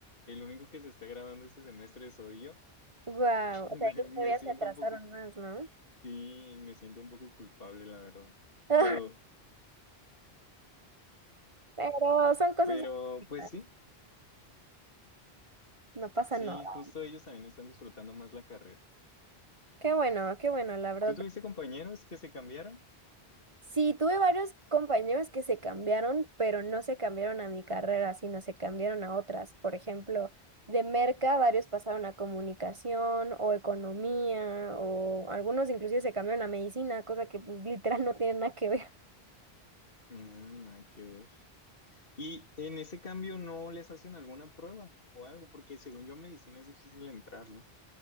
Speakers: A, on the left (about 60°); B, on the right (about 30°).
A: el único que se está graduando este semestre soy yo.
B: Guau,
A: <laughs> Me
B: o sea, ahí todavía
A: siento
B: se atrasaron
A: un poco,
B: más, ¿no?
A: sí, me siento un poco culpable, la verdad.
B: <laughs>
A: Pero,
B: Pero son cosas...
A: pero,
B: que
A: pues sí,
B: No pasa
A: sí,
B: nada.
A: justo ellos también están disfrutando más la carrera.
B: Qué bueno, qué bueno, la verdad.
A: ¿Tú tuviste compañeros que se cambiaron?
B: Sí, tuve varios compañeros que se cambiaron, pero no se cambiaron a mi carrera, sino se cambiaron a otras. Por ejemplo, de merca, varios pasaron a comunicación o economía, o algunos inclusive se cambiaron a medicina, cosa que pues literal no tiene nada que ver. <laughs>
A: Mm, nada que ver. Y en ese cambio no les hacen alguna prueba o algo, porque según yo medicina es difícil entrar, ¿no?